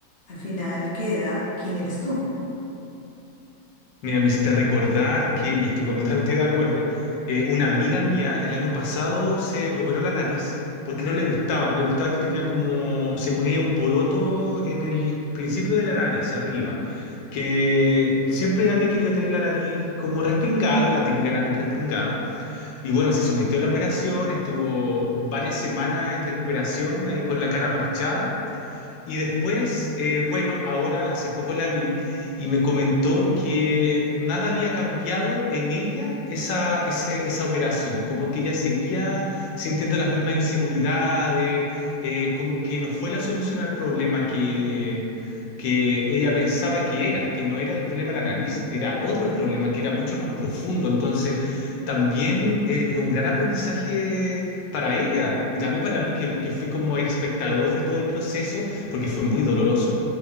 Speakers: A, on the left (about 50°); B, on the left (about 75°).
A: al final queda quién eres tú.
B: Mira, me hiciste recordar que, y estoy completamente de acuerdo, eh, una amiga mía el año pasado se operó la nariz porque no le gustaba, no le gustaba que tenía como, según ella, un poroto en el principio de la nariz, arriba, que siempre había querido tener la nariz como respingada, la típica nariz respingada. Y bueno, se sometió a la operación, estuvo varias semanas en recuperación ahí con la cara parchada. Y después, eh, bueno, ahora hace poco la vi y me comentó que nada había cambiado en ella esa, ese- esa operación, como que ella seguía sintiendo las mismas inseguridades, eh, como que no fue la solución al problema que, que ella pensaba que era, que no era el problema de la nariz, era otro el problema que era mucho más profundo. Entonces, también eh, es un gran aprendizaje para ella y también para mí, que, que fui como espectador de todo el proceso porque fue muy doloroso,